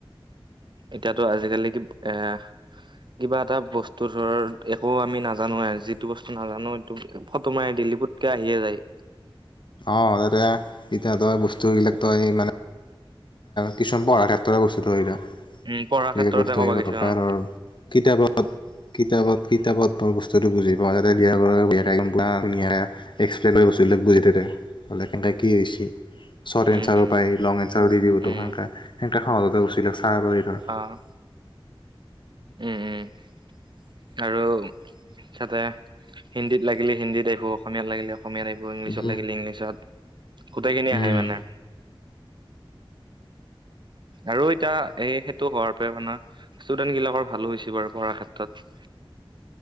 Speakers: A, on the right (about 55°); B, on the left (about 55°).
A: এতিয়াতো আজিকালি কি এ কিবা এটা বস্তু ধৰ একো আমি নাজানো আৰু যিটো বস্তু নাজানো এইটো ফটো মাৰি দিলিব ক আহিয়ে যায়
B: অ এতিয়া তই বস্তু বিলাক তই মানে কিছুমান পঢ়াৰ ক্ষেত্ৰতে বস্তুটো হয় এতিয়া এইবিলাক
A: উম পঢ়াৰ ক্ষেত্ৰতে
B: বস্তু
A: ক'ব
B: আহিব
A: গেছো
B: তপায়ৰ
A: অ'
B: কিতাপত কিতাপত কিতাপত বৰ বস্তুটো বুজি পাওঁ যাতে বিয়া কৰাব বেয়াকে গম পা ধুনীয়াকৈ এক্সপ্লেইন কৰিব গৈচিলো বুজিবা তেতিয়া ব'লে কেনেকৈ কি হৈ হৈছে চৰ্ট
A: উম
B: এনঞ্চাৰো
A: উম
B: পায় লং এঞ্চাৰো দি দিবোতো
A: উম
B: সেনকা সেনকে সহজতে গুচছিলিলে চাৰ ব ধৰ
A: অ' উম উম আৰু তাতে হিন্দীত লাগিলে হিন্দীত আহিব অসমীয়াত লাগিলে অসমীয়াত আহিব আকৌ ইংলিছত
B: উম
A: লাগিলে ইংলিছত গোটেইখিনি আহে
B: উম
A: মানে আৰু এতিয়া এই সেইটো হোৱাৰ পৰা মানে ষ্টুডেন্ট বিলাকৰ ভালো হৈছে বাৰু পঢ়াৰ ক্ষেত্ৰত